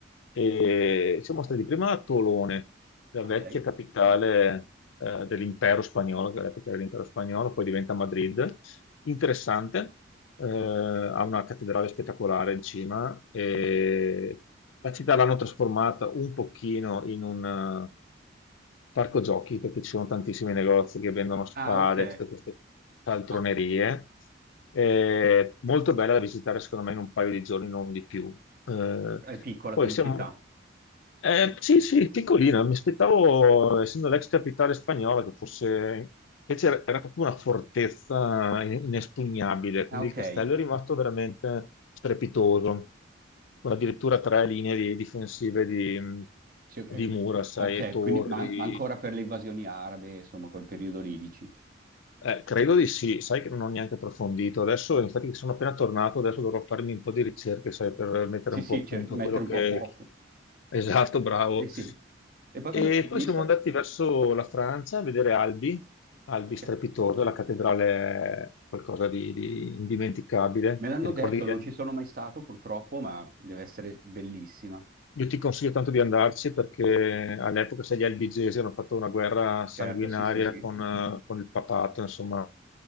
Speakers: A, on the left; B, on the right.
A: e siamo stati prima a Tolone, la
B: Ok.
A: vecchia capitale eh, dell'impero spagnolo, che all'epoca era l'impero spagnolo, poi diventa Madrid interessante, eh, ha una cattedrale spettacolare in cima e la città l'hanno trasformata un pochino in un parco giochi perché ci sono tantissimi negozi che vendono spade,
B: Ah, ok.
A: tutte queste caltronerie.
B: Ma
A: È molto bella da visitare, secondo me, in un paio di giorni, non di più. Eh,
B: eh, è piccola
A: poi
B: come
A: siamo.
B: città.
A: eh, sì, sì, piccolina. Mi aspettavo, essendo l'ex capitale spagnola, che fosse. Invece era era proprio una fortezza in- inespugnabile, quindi
B: Ah, ok.
A: il castello è rimasto veramente strepitoso con addirittura tre linee di- difensive di,
B: Sì, è-
A: di mura, sai,
B: ok,
A: e torri.
B: quindi, ma, ma ancora per le invasioni arabe, insomma, quel periodo lì, dici.
A: Eh, credo di sì, sai che non ho neanche approfondito. Adesso, infatti, sono appena tornato, adesso dovrò farmi un po' di ricerche, sai, per mettere
B: Sì,
A: un
B: sì,
A: po' a
B: cer-
A: punto
B: mettere
A: quello che...
B: un po' a fuoco.
A: <laughs> Esatto, bravo.
B: Eh sì. E poi cosa
A: E
B: avete
A: poi
B: visto?
A: siamo andati verso la Francia a vedere Albi, Albi
B: Ok.
A: strepitoso, la cattedrale è qualcosa di, di indimenticabile.
B: Me l'hanno
A: Ti ricordi?
B: detto,
A: eh,
B: non ci sono mai stato purtroppo, ma deve essere bellissima.
A: Io ti consiglio tanto di andarci perché all'epoca, sai, gli albigesi hanno fatto una guerra sanguinaria
B: Certo, sì, sì, sì.
A: con, eh, con il papato, insomma,